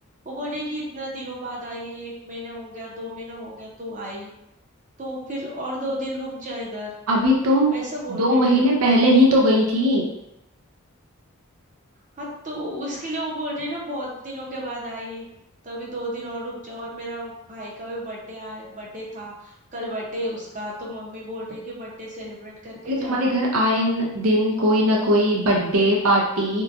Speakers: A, on the right (about 35°); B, on the right (about 85°).
A: वो बोल रही कि इतना दिनों बाद आई है एक महीना हो गया दो महीना हो गया तो आई तो फिर और दो दिन रुक जा इधर
B: अभी तुम
A: वैसा बोल
B: दो
A: रही है
B: महीने
A: मेरी मम्मी
B: पहले ही तो गई थी
A: हाँ तो उसके लिए वो बोल रही है ना बहुत दिनों के बाद आई तो अभी दो दिन और रुक जाओ और मेरा भाई का भी बर्थडे बर्थडे था कल बर्थडे उसका तो मम्मी बोल रही है कि बर्थडे सेलिब्रेट करके
B: अरे तुम्हारे
A: जा
B: घर आए न- दिन कोई ना कोई बर्थडे पार्टी